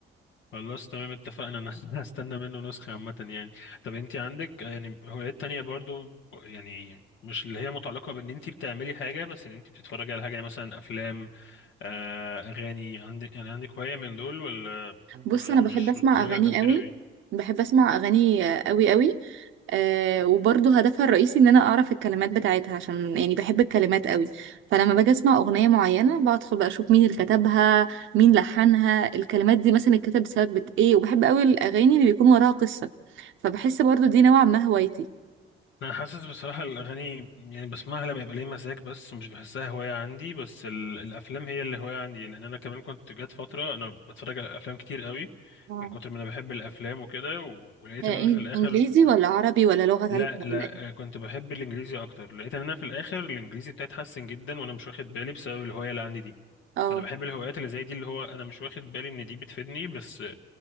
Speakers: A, on the left; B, on the right.
A: خلاص تمام اتفقنا انا <laughs> هستنى منه نسخة عامة يعني طب انت عندك يعني هوايات تانية برضو ب- يعني مش اللي هي متعلقة بان انت بتعملي حاجة بس ان انت بتتفرجي على حاجة يعني مثلا افلام آه اغاني عندك يعني عندك هواية من دول ولا
B: بص
A: ولا
B: انا
A: مش
B: بحب اسمع
A: بتتفرجي
B: اغاني
A: على افلام كتير
B: قوي
A: اوي
B: بحب اسمع اغاني آه، قوي قوي أه وبرضه هدفها الرئيسي ان انا اعرف الكلمات بتاعتها عشان يعني بحب الكلمات قوي فلما باجي اسمع اغنيه معينه بدخل بقى اشوف مين اللي كتبها مين لحنها الكلمات دي مثلا اتكتب بسبب ايه وبحب قوي الاغاني اللي بيكون وراها قصه فبحس برضه دي نوعا ما هوايتي
A: انا حاسس بصراحه الاغاني يعني بسمعها لما يبقى ليا مزاج بس مش بحسها هوايه عندي بس ال... الافلام هي اللي هوايه عندي لان انا كمان كنت جات فتره انا بتفرج على افلام كتير قوي
B: آه.
A: من كتر ما انا بحب الافلام وكده و... ولقيت
B: آه،
A: ان
B: إن-
A: انا في الاخر
B: انجليزي ولا عربي ولا لغه ثالثه
A: لا لا
B: ولا ايه
A: آه، كنت بحب الانجليزي اكتر لقيت ان انا في الاخر الانجليزي بتاعي اتحسن جدا وانا مش واخد بالي بسبب الهوايه اللي عندي دي
B: اه
A: فانا بحب الهوايات اللي زي دي اللي هو انا مش واخد بالي ان دي بتفيدني بس آه،